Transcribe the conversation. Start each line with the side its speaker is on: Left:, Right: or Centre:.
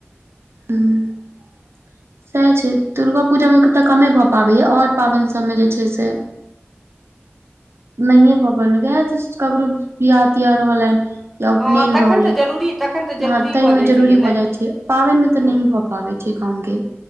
Right: हूँ। सएह छै, दुर्गा पूजामे त कमे भ पाबै य, और पाबैन सब मे जे छय से नहिए भऽ पैल, वएह दिश ककरो बियाह -तियाह रहलैन। या उपनयन
Centre: हँ तखन
Right: रहलै,
Centre: तऽ जरूरी तखन तऽ जरूरी
Right: ह तय
Centre: भऽ
Right: मे
Centre: जाइ
Right: जरूरी
Centre: छै गेनाइ
Right: भए जाइ छै, पाबनि में त
Centre: हँ
Right: नही भ पाबै छै गाम गेल।